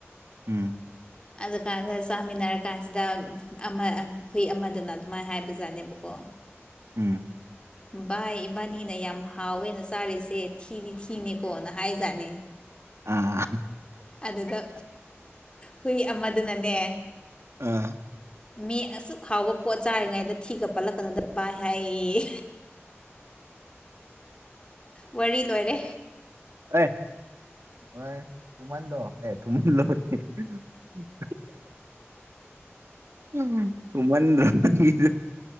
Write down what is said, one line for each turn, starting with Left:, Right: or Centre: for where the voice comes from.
Right: ꯎꯝ꯫
Left: ꯑꯗꯨꯀꯥꯟꯗ ꯆꯥꯃꯤꯟꯅꯔ ꯀꯥꯟꯁꯤꯗ ꯑꯃ ꯍꯨꯏ ꯑꯃꯗꯅ ꯑꯗꯨꯃꯥꯏꯅ ꯍꯥꯏꯕ ꯖꯥꯠꯅꯦꯕꯀꯣ꯫
Right: ꯎꯝ
Left: ꯚꯥꯏ ꯏꯕꯥꯅꯤꯅ ꯌꯥꯝ ꯍꯥꯎꯋꯦꯅ ꯆꯥꯔꯤꯁꯦ ꯊꯤꯗꯤ ꯊꯤꯅꯦꯀꯣꯅ ꯍꯥꯏꯖꯥꯠꯅꯦ꯫
Right: ꯑꯥ
Left: ꯑꯗꯨꯗ ꯍꯨꯏ ꯑꯃꯗꯨꯅꯅꯦ,
Right: ꯑꯥ꯫
Left: ꯃꯤ ꯑꯁꯨꯛ ꯍꯥꯎꯕ ꯄꯣꯠ ꯆꯥꯔꯤꯉꯩꯗ ꯊꯤꯒ ꯄꯠꯂꯛꯀꯅꯗꯕ ꯚꯥꯏ ꯍꯥꯏꯌꯦꯌꯦ꯫ ꯋꯥꯔꯤ ꯂꯣꯏꯔꯦ꯫
Right: ꯑꯦ ꯑꯣꯏ ꯎꯨꯃꯥꯟꯂꯣ ꯑꯦ ꯊꯨꯝꯃꯟꯂꯣ <unintelligible> ꯎꯝ ꯊꯨꯃꯟꯗ꯭ꯔꯣ ꯅꯪꯒꯤꯗꯨ